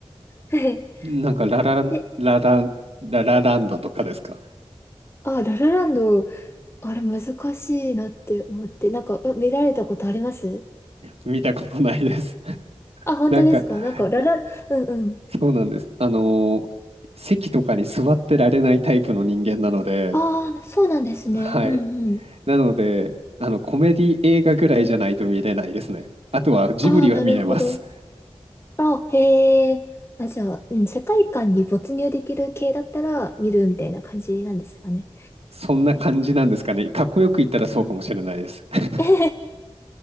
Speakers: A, on the left (about 20°); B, on the right (about 60°).
A: <laughs> はい。
B: なんかラララ、
A: え、
B: ララ、ララランドとかですか
A: あ、ララランド、あれ難しいなって思って、なんか、あ見られたことあります
B: 見たことないです。<laughs>
A: あ、本当ですかなんか、
B: なんか、
A: ララ、
B: え
A: うんうん。
B: そうなんです。あのー席とかに座ってられないタイプの人間なので、
A: ああ、そうなんですね。
B: はい。
A: うんうん。
B: なので、あの、コメディ映画ぐらいじゃないと見れないですね。あとはジブリは見れます。
A: ああ、なるほど。あ、へえ。あ、じゃあ、うん、世界観に没入できる系だったら見るみたいな感じなんですよね。
B: そんな感じなんですかね。かっこよく言ったらそうかもしれないです。<laughs>
A: <laughs>